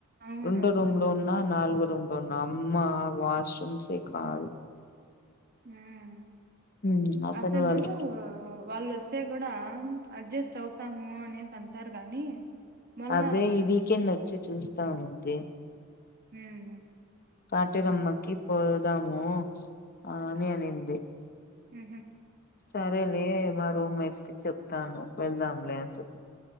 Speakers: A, on the right; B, on the left.
A: అవును
B: రొండో రూంలో ఉన్న నాలుగో ఉంటున అమ్మా వాష్ రూమ్ సే కాదు
A: ఊమ్
B: ఉమ్
A: అసలు
B: వాళ్ళు
A: ఊ వాళ్ళుొస్తే కూడా అడ్జస్ట్ అవుతాము అనేసి అంటారు గాని మళ్ళా
B: అదే ఈ వీకెండ్ వచ్చి చూస్తా అనింది ది
A: ఊమ్
B: కాటేరమ్మకి పోదాము అని అనింది
A: ఊహూ
B: సరేలే మా రూమ్ మేట్స్ కి చెప్తాను వెళ్దాంలే అని చెప్